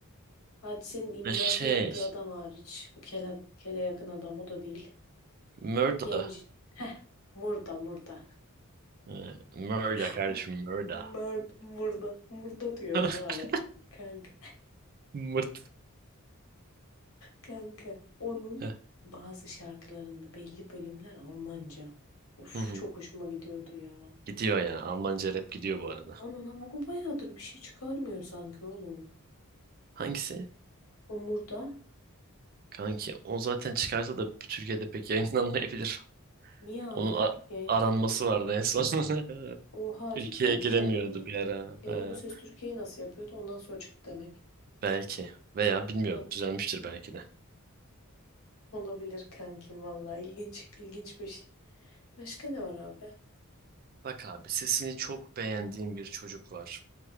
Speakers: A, on the left (about 70°); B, on the right (about 40°).
A: Hadisenin imdatı
B: Ha, Şey,
A: yaptığı adam hariç. Bu kele, kele yakın adam o da değil.
B: Murda.
A: Genci. Heh. Murda murda.
B: Ee, Murda
A: <laughs>
B: kardeşim Murda.
A: Murda murda. Murda diyorum
B: <laughs>
A: abi. Kanka.
B: Mırt.
A: Kanka onun
B: Heh,
A: bazı şarkılarında belli bölümler Almanca. Uf,
B: hı hı.
A: çok hoşuma gidiyordu ya.
B: Gidiyor ya. Almanca rap gidiyor bu arada.
A: Onun ama o bayağıdır bir şey çıkarmıyor sanki oğlum.
B: Hangisi?
A: Omur'da.
B: Kanki o zaten çıkarsa da Türkiye'de pek yayınlanmayabilir.
A: Niye abi?
B: Onun a-
A: Yayınla.
B: aranması vardı en son. <laughs>
A: Oha
B: Ülkeye
A: cidden hiç
B: giremiyordu
A: haberim yok.
B: bir ara.
A: E,
B: Ee,
A: o Ses Türkiye'yi nasıl yapıyordu? Ondan sonra çıktı demek.
B: belki. Veya bilmiyorum
A: O-
B: düzelmiştir belki de.
A: Olabilir kankim valla. İlginç, ilginç bir şey. Başka ne var abi?
B: Bak abi sesini çok beğendiğim bir çocuk var.